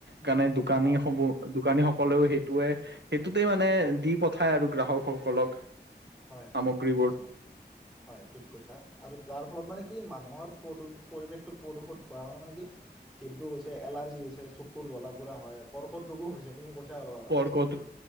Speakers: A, on the right (about 80°); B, in the centre.
A: কাৰণে দোকানী
B: অ
A: সমূহ দোকানী সকলেও সেইটোৱে সেইটোতে মানে দি পঠায় আৰু গ্ৰাহকসকলক
B: হয়
A: সামগ্ৰীবোৰ
B: হয় অ হয় ঠিক কৈছা আৰু যাৰ ফলত মানে কি মানুহৰ পৰিৱেশটো প্ৰদূষত হোৱা কাৰণে মানে কি হৃদ ৰোগ হৈছে এলাৰ্জি হৈছে চকুৰ জ্বলা পোৰা হয় কৰ্কট ৰোগো হৈছে তুমি কৈছা অলপ আগত
A: আৰু ক'ত